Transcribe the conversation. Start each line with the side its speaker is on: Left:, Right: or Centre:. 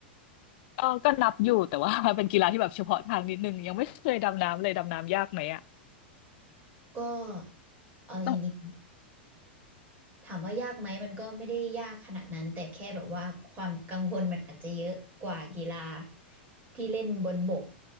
Left: ก็ก็นับอยู่แต่ว่า <laughs> เป็นกีฬาที่แบบเฉพาะทางนิดนึงยังไม่เคยดำน้ำเลยดำน้ำยากไหมอะ
Right: ก็เออจริง
Left: ต้อง
Right: ๆถามว่ายากไหมมันก็ไม่ได้ยากขนาดนั้นแต่แค่แบบว่าความกังวลมันอาจจะเยอะกว่ากีฬาที่เล่นบนบก